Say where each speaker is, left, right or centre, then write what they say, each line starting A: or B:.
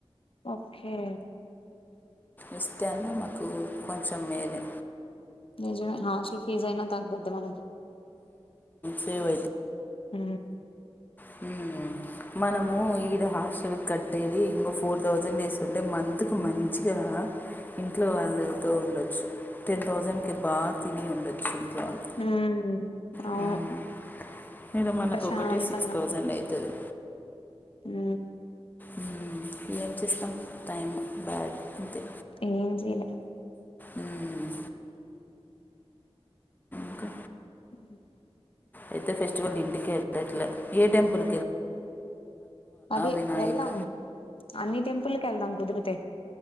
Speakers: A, on the left; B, on the left.
A: ఓకే
B: ఇస్తే అన్న మాకు కొంచెం వేరే
A: నిజమే హాస్టల్ ఫీజ్ అయినా తగ్గుద్ది మనకి
B: సేవ్
A: హ
B: హ మనము ఈడ హాస్టల్ కట్ బేబీ ఇంగో ఫోర్ తౌసండ్ తీసుకుంటే మంత్ కి మంచిది అని రా ఇంట్లో అందరితో ఉండొచ్చు టెన్ తౌసండ్ కి బాగా తిని ఉండొచ్చు ఇంట్లో వాళ్ళు
A: ఉమ్ అవును
B: హుమ్మ్ మీద మనకు
A: ప్రశాంతంగా
B: ఒకటే సిక్స్ తౌసండ్ అయితది
A: ఉహు
B: హుమ్మ్ ఏం చేస్తాం టైం బ్యాడ్ అంతే
A: ఏం చేయలే
B: మ్మ్. ఇంకా
A: ఉమ్మ్
B: అయితే ఫెస్టివల్ ఇంటికె ఎత్తట్లే ఏ టెంపుల్
A: అదే
B: వినాయక
A: వెళ్దాం అన్ని టెంపుల్ కెళ్దాం కుదిరితే